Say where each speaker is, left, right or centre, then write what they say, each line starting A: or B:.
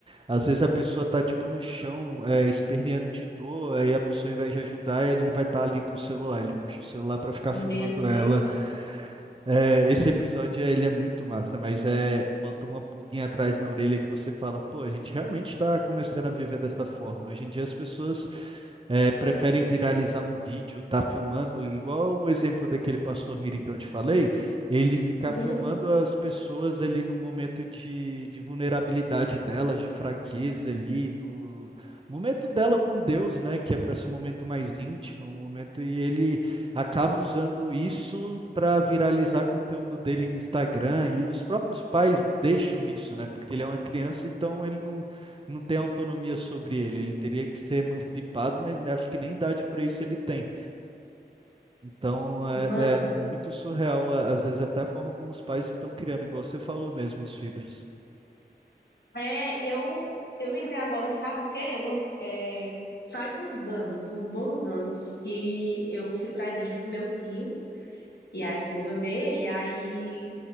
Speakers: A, on the right; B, on the left.
A: Às vezes a pessoa tá, tipo, no chão, é, esperneando de dor, aí a pessoa, ao invés de ajudar, ele vai estar ali com o celular, ele puxa o celular para ficar
B: Meu
A: filmando
B: Deus.
A: ela. É, esse episódio ele é muito massa, mas é bota uma pulguinha atrás na orelha que você fala, pô, a gente realmente está começando a viver dessa forma. Hoje em dia as pessoas é, preferem viralizar um vídeo, tá filmando, igual o exemplo daquele pastor Mirim que eu te falei, ele ficar
B: Uhum.
A: filmando as pessoas ali no momento de, de vulnerabilidade delas, de fraqueza ali, do momento dela com Deus, né, que é para ser um momento mais íntimo, um momento, e ele acaba usando isso para viralizar conteúdo dele no Instagram, e os próprios pais deixam isso, né, porque ele é uma criança, então ele não não tem autonomia sobre ele. Ele teria que ser emancipado, mas né, acho que nem idade para isso ele tem. Então é,
B: Mano,
A: é muito surreal, a- às vezes, até a forma como os pais estão criando, igual você falou mesmo, os filhos.
B: é, eu, eu lembrei agora, sabe o quê? Uma- é, faz uns anos, uns bons anos, que eu fui para a igreja com meu tio e a esposa dele, aí